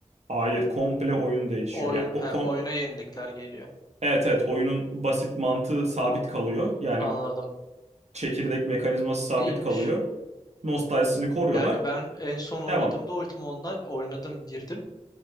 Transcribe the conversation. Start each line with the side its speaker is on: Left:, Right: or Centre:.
Right: Hayır, komple oyun değişiyor.
Left: oyun
Right: Yani o
Left: he,
Right: kom
Left: oyuna yenilikler geliyor.
Right: Evet evet oyunun basit mantığı sabit kalıyor. Yani
Left: Anladım.
Right: çekirdek mekanizması sabit
Left: İyiymiş.
Right: kalıyor. Nostaljisini koruyorlar.
Left: Yani ben en son oynadığımda
Right: Devam.
Left: Ultima Online oynadım girdim.